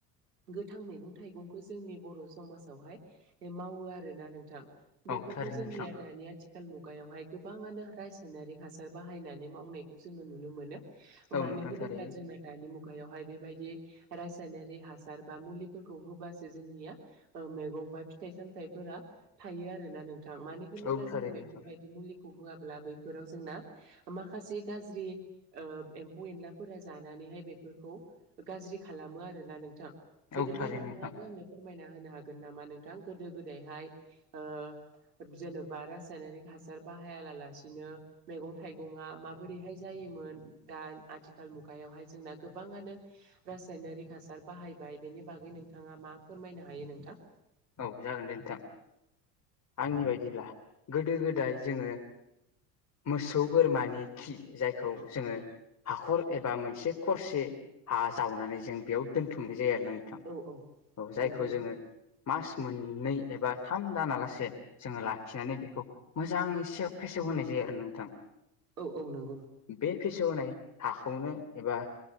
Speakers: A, on the right; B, on the left.
A: गोथां मैगं थाइगंखौ जोंनि बर' समाजावहाय मावो आरोना नोंथां। बेफोरखौ
B: औ थारैनो
A: जोंनिया
B: नोंथां
A: दानिया आथि खाल मुगायावहाय गोबाङानो रासायनारिक हासार बाहायनानै मावनायखौ जोङो नुनो मोनो। मानो
B: औ नोंथां
A: होनोब्ला
B: थारैनो
A: जोंना दानि मुगायावहाय बेबायदि रासायनारि हासार बा मुलिफोरखौ होबासो जोंनिया ओ मैगं बा फिथाइ सामथाइफोरा थायो आरोना नोंथां। मानो होनोब्ला
B: औ थारैनो
A: जोङो
B: नोंथां
A: बेफोरबायदि मुलिखौ होआब्ला बैफोराव जोंना माखासे गाज्रिओ ओ एम्फौ एनलाफोरा जानानैहाय बेफोरखौ गाज्रि खालामो आरोना नोंथां। बिदिब्ला
B: औ थारैनो
A: नोंथाङाबो
B: नोंथां
A: आंनो फोर फोरमायना होनो हागोन नामा? नोंथां गोदो गोदायहाय ओ जोनोबा रासायनारिक हासार बाहाया ला लासिनो मैगं थाइगंआ माबोरैहाय जायो मोन दा आथिखाल मुगायावहाय जोंना गोबाङनो रासायनारि हासार बाहायबाय बेनि बागै नोंथाङा मा फोरमायनो हायो नोंथां?
B: औ जागोन दे नोंथां आंनि बायदिब्ला गोदो गोदाय जोङो मोसौ बोरमानि खि जायखौ जोङो हाखर एबा मोनसे खरसे हा जावनानै जों बेयाव दोनथुमनो जायो नोंथां
A: औ औ
B: औ जायखौ
A: नंगौ नोंथां।
B: जोङो मास मोननै एबा थाम दानालासे जोङो लाखिनानै बेखौ मोजाङै से फेसेव होनाय जायो आरो नोंथां।
A: औ औ नों।
B: बे फेसेवनाय हाखौनो एबा